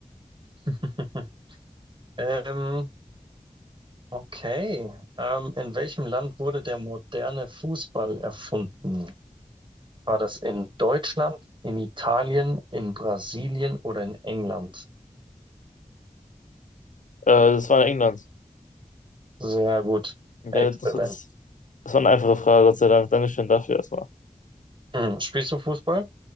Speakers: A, on the right; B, on the left.
A: <laughs> Ähm, okay. Ähm, in welchem Land wurde der moderne Fußball erfunden? War das in Deutschland, in Italien, in Brasilien oder in England?
B: das war in England.
A: Sehr gut.
B: Ja,
A: Exzellent.
B: Das, war das, das war eine einfache Frage, Gott sei Dank. Dankeschön dafür erstmal.
A: Hm. Spielst du Fußball?